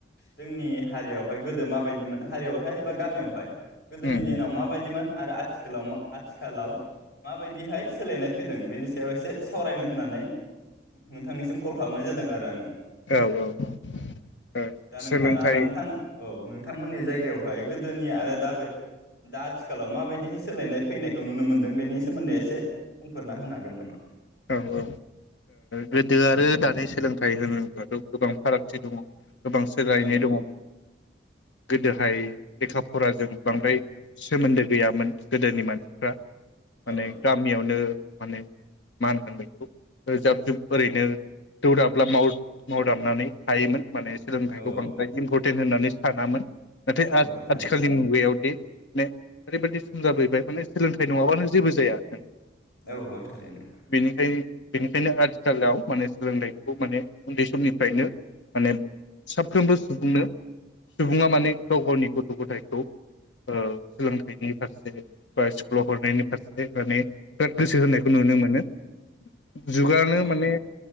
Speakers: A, on the left; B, on the left.
A: जोंनि हारियावहाय गोदो माबायदिमोन हारियावहाय एबा गामियावहाय गोदोनि
B: उम
A: दिनाव
B: उम
A: माबायदिमोन आरो आथिखालाव मा आथिखाल लाव माबायदिहाय सोलायनाय फैदों बेनि सायाव एसे सावरायनो होननानै नोंथांनिसिम कल खालामनाय जादों आरो आङो
B: औ औ ओ
A: दा नोंथाङा
B: सोलोंथाइ
A: नोंथां औ नों नोंथांमोननि जायगायावहाय गोदोनि आरो दा दा आथिखालाव माबायदिहाय सोलायनाय फैनाय खौ नुनो मोनदों बेनि सोमोन्दै एसे बुंफोरना होनो हागोन नामा?
B: औ औ ओ गोदो आरो दानि सोलों थाय होनोब्लाथ' गोबां फारागथि दङ। गोबांसोलायनाय
A: औ
B: दङ गोदोहाय लेखा फराजों बांद्राय सोमोन्दो गैयामोन गोदोनि मानसिफ्रा माने
A: औ
B: गामियावनो माने मा होनगो बेखौ ओ जाब जुब ओरैनो दोदाब्ला माव मावदाबनानै थायोमोन माने सोंलोंथाइखौ
A: औ
B: बांद्राय इम्पर्ट टेन होननानै सानामोन। नाथाय
A: औ
B: आथ-आथिखालनि
A: औ थारैनो
B: मुगायावदि माने ओरैबायदि सम जाबैबाय माने सोलोंथाइ नङाबानो जेबो जाया। ओं
A: औ ओ थारैनो।
B: बेखाय बेनिखायनो आथिखालाव माने सोलोंथाइखौ माने उन्दै समनिफ्रायनो माने साफ्रोमबो सुबुंनो सुबुङा माने गाव गावनि गथ' गथाइखौ ओ सोलोंथाइनि फारसे बा स्कुलाव हरनायनि फारसे माने बिराद गोसो होनायखौ नुनो मोनो। जुगानो
A: औ
B: माने